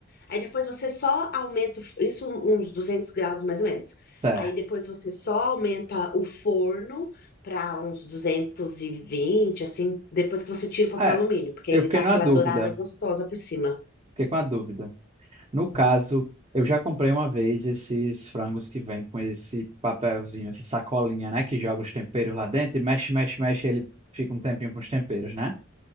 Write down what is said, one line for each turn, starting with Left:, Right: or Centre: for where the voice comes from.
Left: Aí depois você só aumenta, o f- isso uns 200 graus mais ou menos.
Right: certo.
Left: Aí depois você só aumenta o forno para uns 220 assim, depois que você tira o papel
Right: É,
Left: alumínio, porque
Right: eu
Left: aí
Right: fiquei
Left: ele dá
Right: numa
Left: aquela
Right: dúvida.
Left: dourada gostosa por cima.
Right: Fiquei com uma dúvida. No caso, eu já comprei uma vez esses frangos que vem com esse papelzinho, essa sacolinha, né? Que joga os temperos lá dentro e mexe, mexe, mexe, e ele fica um tempinho com os temperos, né?